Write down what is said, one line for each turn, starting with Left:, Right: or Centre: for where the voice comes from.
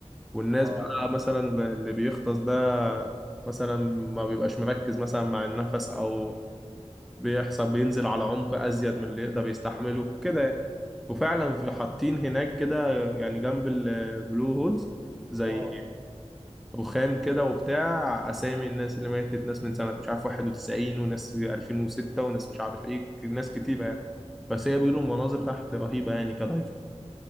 Centre: والناس
Right: اه
Centre: بقى مثلا اللي بيغطس ده مثلا ما بيبقاش مركز مثلا مع النفس او بيحصل بينزل على عمق أزيد من اللي يقدر يستحمله كده يعني. وفعلا في حاطين هناك كده يعني جنب البلو هولز زي
Right: اه
Centre: رخام كده وبتاع أسامي الناس اللي ماتت ناس من سنة مش عارف 91 وناس 2006 وناس مش عارف إيه ناس كتيرة
Right: مم.
Centre: يعني بس هي بيقولوا المناظر تحت رهيبة يعني كدايفنج